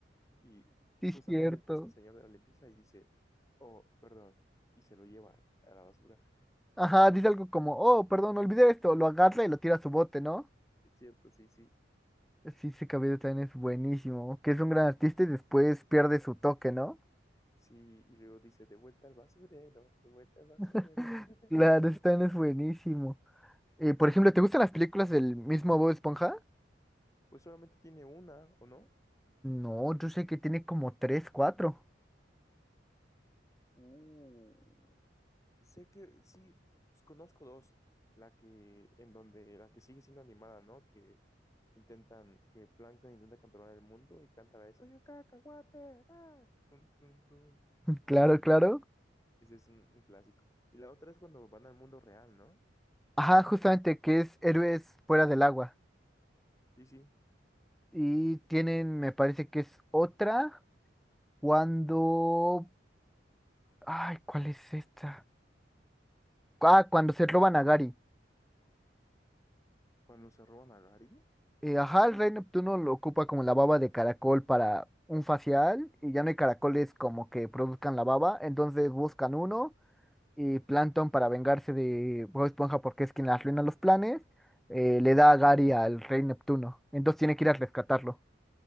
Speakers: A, on the left (about 20°); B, in the centre.
A: Y
B: sí,
A: justamente
B: es cierto.
A: pasa el señor de la limpieza y dice, oh, perdón, y se lo lleva a la basura. <laughs>
B: Ajá, dice algo como, oh, perdón, olvidé esto. Lo agarra y lo tira a su bote, ¿no?
A: Es cierto, sí, sí.
B: Sí, ese cabello también es buenísimo. Que es un gran artista y después pierde su toque, ¿no?
A: Sí, y luego dice, de vuelta al basurero, de vuelta al basurero.
B: <laughs>
A: <laughs>
B: Claro, ese también es buenísimo. Eh, por ejemplo, ¿te gustan las películas del mismo Bob Esponja?
A: Pues solamente tiene una, ¿o no?
B: No, yo sé que tiene como tres, cuatro.
A: Uh, sé que sí, conozco dos. La que, en donde, la que sigue siendo animada, ¿no? Que intentan, que Plankton intenta controlar el mundo y canta la de Soy un cacahuate, ra, tun, tun, tun".
B: Claro,
A: Sí,
B: claro.
A: ese es un, un clásico. Y la otra es cuando van al mundo real, ¿no?
B: Ajá, justamente que es Héroes Fuera del Agua.
A: Sí, sí.
B: Y tienen, me parece que es otra cuando... Ay, ¿cuál es esta? Ah, cuando se roban a Gary.
A: Cuando se roban a Gary.
B: Eh, ajá, el rey Neptuno lo ocupa como la baba de caracol para un facial y ya no hay caracoles como que produzcan la baba, entonces buscan uno y Plankton para vengarse de Bob Esponja porque es quien le arruina los planes, eh, le da a Gary al rey Neptuno, entonces tiene que ir a rescatarlo.